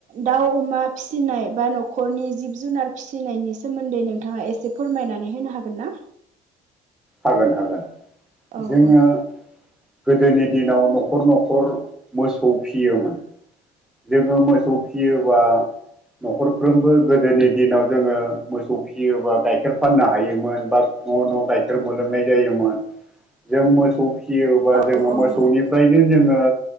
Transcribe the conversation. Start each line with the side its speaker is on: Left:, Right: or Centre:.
Right: दाउ-अमा फिसिनाय बा न'खरनि जिब-जुनार फिसिनायनि सोमोन्दै नोंथाङा एसे फोरमायनानै होनो हागोन ना?
Centre: हागोन-हागोन
Right: औ
Centre: जोङो
Right: औ
Centre: गोदोनि दिनाव न'खर-न'खर मोसौ फियोमोन। जोङो मोसौ फिसियोबा न'खरफ्रोमबो गोदोनि दिनाव जोङो मोसौ फियोबा गाइखेर फाननो हायोमोन बा न'-न' गाय खेर मोनलोंनाय जायोमोन जों मोसौ फिसियोबा जोङो
Right: औ औ
Centre: मोसौनिफ्रायनो
Right: नंगौ।
Centre: जोङो